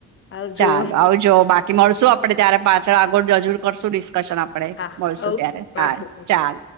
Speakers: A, on the left; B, on the right.
A: આવજો
B: ચાલો આવજ જો બાકી મળશું આપડણે ત્યારે પાછળ આગળજુર કરશું ડિસ્કશન આપ આપ
A: હા હા
B: મળશું
A: ઓકે
B: ત્યારે
A: પાકું
B: હા,
A: પાકું
B: ચાલ